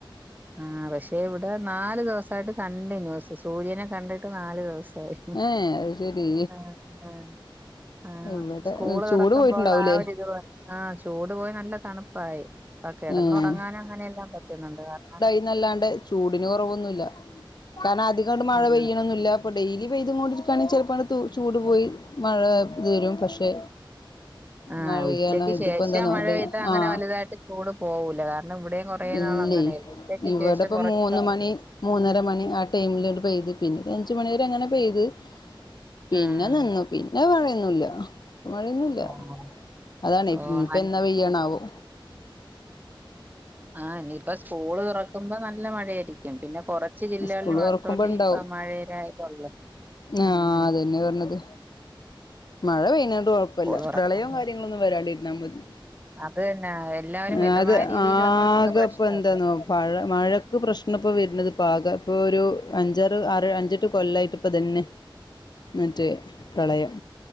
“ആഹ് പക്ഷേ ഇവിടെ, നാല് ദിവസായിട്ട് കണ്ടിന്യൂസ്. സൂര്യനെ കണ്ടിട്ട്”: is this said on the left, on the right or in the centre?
Right